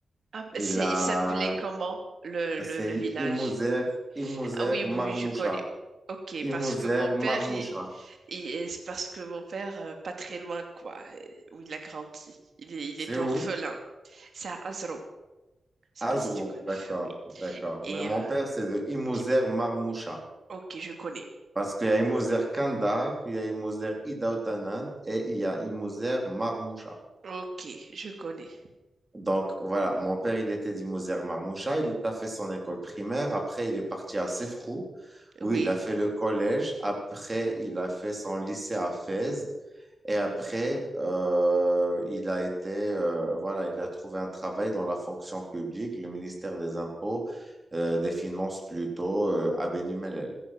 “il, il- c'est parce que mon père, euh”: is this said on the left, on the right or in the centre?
Right